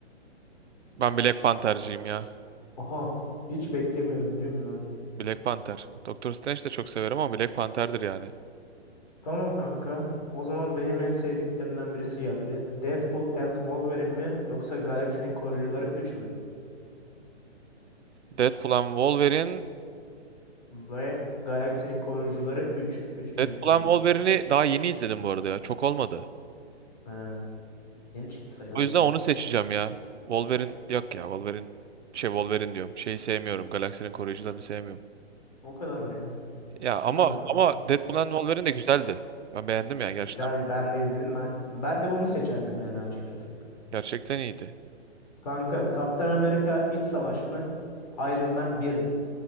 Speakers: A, on the right (about 75°); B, on the left (about 35°).
A: ben Black Panther'cıyım ya.
B: Oha hiç beklemiyordum biliyor musun lan?
A: Black Panther. Doctor Strange de çok severim ama Black Panther'dır yani.
B: Tamam kanka. O zaman benim en sevdiklerimden birisi geldi. Deadpool and Wolverine mi yoksa Galaksinin Koruyucuları üç mü?
A: Deadpool and Wolverine.
B: Ve Galaksinin Koruyucuları üç Üçüncü
A: Deadpool
B: filmi
A: and
B: ya.
A: Wolverine'i daha yeni izledim bu arada ya. Çok olmadı.
B: Ha, yeni çıktı sayılır
A: O
B: zaten.
A: yüzden onu seçeceğim ya. Wolverine yok ya. Wolverine şey Wolverine diyorum. Şeyi sevmiyorum. Galaksinin koruyucularını sevmiyorum.
B: O kadar mı ya?
A: Ya ama
B: Tamam.
A: ama Deadpool and Wolverine de güzeldi. Ben beğendim ya gerçekten.
B: Güzel ben de izledim. Ben, ben de bunu seçerdim yani açıkçası.
A: Gerçekten iyiydi.
B: Kanka Kaptan Amerika İç Savaş mı? Iron Man 1 mi?